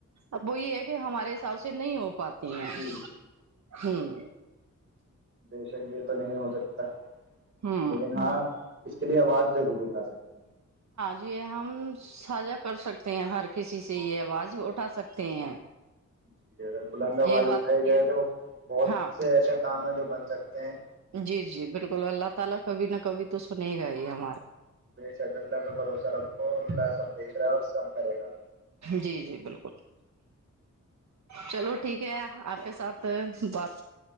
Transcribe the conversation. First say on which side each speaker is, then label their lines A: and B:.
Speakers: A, on the right; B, on the right.
A: اب وہ یہ ہے کہ ہمارے حساب سے نہیں ہو پاتا س
B: جی جی
A: ہوں
B: یہ تو ہے بے شک یہ تو نہیں ہو سکتا
A: ہوں
B: لیکن ہاں اس کے لیے آواز ضرور اٹھا سکتے ہیں
A: یہ ہم ساجا کر سکتے ہیں ہر کسی سے یہ آواز اٹھا سکتے ہیں
B: جیک ہے اگر بلند آباز
A: یہ بات
B: اٹھائی جائے تو بہت
A: ہاں
B: سے ایسے تام میں جو بن سکتے ہیں
A: <unintelligible>
B: سا گلہ پہ بھروسہ ر ا ال سب دیکھ رہا ہے اور سب کرے گا
A: جی جی بالکل چلو ٹھیک ہے آپ کے ساتھ بات